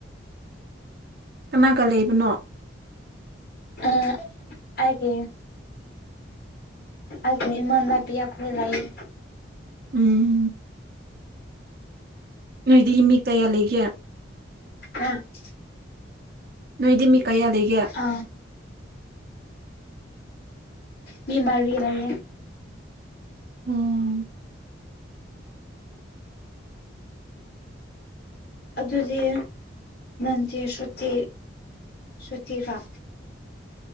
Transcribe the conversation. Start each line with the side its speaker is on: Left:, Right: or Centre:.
Right: ꯀꯅꯥꯒ ꯂꯩꯕꯅꯣ
Left: ꯑꯥ ꯑꯩꯒꯤ ꯑꯩꯒꯤ ꯏꯃꯥꯟꯅꯕꯤ ꯑꯈꯣꯏ ꯂꯩꯌꯦ
Right: ꯎꯝ ꯅꯣꯏꯗꯤ ꯃꯤ ꯀꯌꯥ ꯂꯩꯒꯦ
Left: ꯑ <inaudible>
Right: ꯅꯣꯏꯗꯤ ꯃꯤ ꯀꯌꯥ ꯂꯩꯒꯦ
Left: ꯑ ꯃꯤ ꯃꯔꯤ ꯂꯩꯌꯦ
Right: ꯑꯝ
Left: ꯑꯗꯨꯗꯤ ꯅꯪꯗꯤ ꯁꯨꯇꯤ ꯁꯨꯇꯤ ꯚ